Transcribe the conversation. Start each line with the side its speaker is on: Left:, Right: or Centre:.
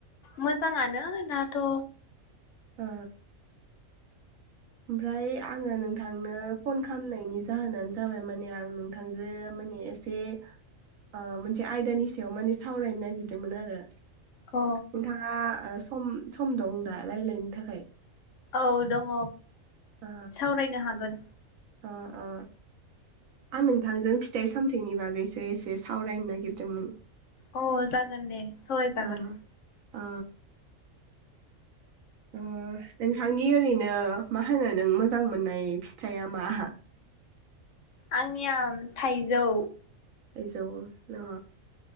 Left: मोजाङानो दाथ'
Right: ओ ओमफ्राय आङो नोंथांनो फन खालामनायनि जाहोनानो जाबाय माने आं नोंथांजो माने एसे ओ मोनसे आयदानि सायाव माने सावरायनो नागिरदोंमोन आरो
Left: अ
Right: नोंथाङा सम सम दं दा रायलायनो थाखाय
Left: औ दङ
Right: ओ
Left: सावरायनो हागोन
Right: ओ ओ आं नोंथांजों फिथाइ सामथायाइनि बागैसो एसे सावरायनो नागिरदोंमोन
Left: अ जागोन दे सावरायजागोन
Right: ओ ओ ओ नोंथांनि ओरैनो मा होनो नों मोजां मोननाय फिथाइया माहा
Left: आंनिया थाइजौ
Right: थाइजौ न'